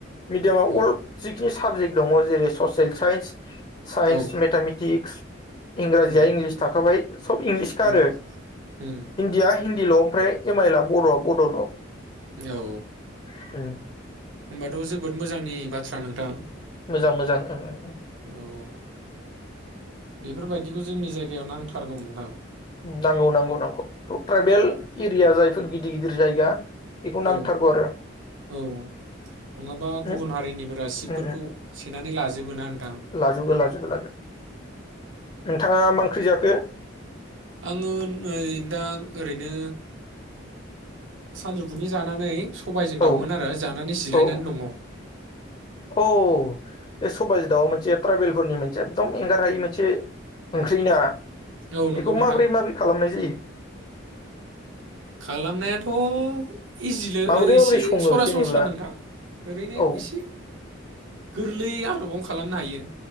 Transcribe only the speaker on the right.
औ
औ
उम
उम
उम
औ
होमबाथ' जोबोद मोजांनि बाथ्रा नोंथां
औ बेफोरबायदिखौ जोंनि जायगायाव नांथारगौ नोंथां
औ
औ
औ नङाबा गुबुन
हारिनिफोरा सिटफोरखौ
सेनानै लाजोब जो बोना
आङो नै दा ओरैनो सानजौफुनि जानानै सबायजों
दाउमोन आरो जानानै जिरायनानै
दङ
औ नंगौ
नोंथां
खालामनायाथ' इजिलै
इसे
सरासनस्रा
नोंथां ओरैनो
एसे गोरलै आ <unintelligible> खालामनो हायो।